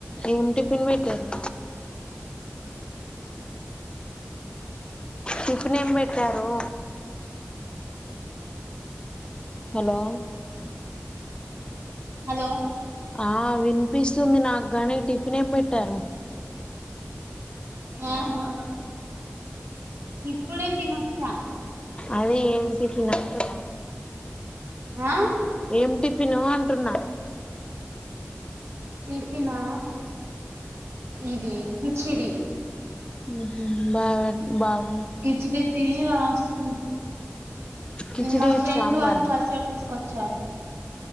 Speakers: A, on the left; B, on the right.
A: ఏం టిఫిన్ బెట్టారు టిఫిన్ ఏం బెట్టారో హలో
B: హలో
A: ఆహ్ వినిపిస్తుంది నాకు గాని టిఫిన్ ఏం బెట్టారు.
B: ఆహా ఇప్పుడే తినొచ్చా.
A: అదే ఏం టిఫిన్ అంటున్న
B: ఆహ్
A: ఏమిటి టిఫ్ ఫిను అంటున్నా
B: టిఫినా ఇది కిచిడి
A: హ్మ్ హు బాబె బావు
B: కిచడి తిని రాసుకు
A: కిచిడి
B: మా
A: విత్
B: ఫ్రెండ్
A: సాంబారా
B: వాళ్ళు పచ్చడి తీసుకొచ్చారు.